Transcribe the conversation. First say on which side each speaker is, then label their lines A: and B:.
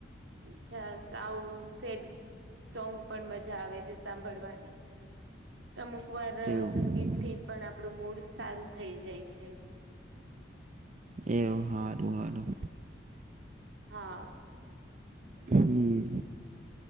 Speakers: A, on the right (about 85°); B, on the right (about 40°).
A: અચ્છા સાઉ સેડ સોંગ પણ મજા આવે છે સાંભળવાની અમુક વાર
B: એવું
A: સંગીત થી પણ આપડું મૂડ સારું થઈ જાય છે
B: એવ સારું હારું
A: <inaudible> હા <inaudible>
B: હમ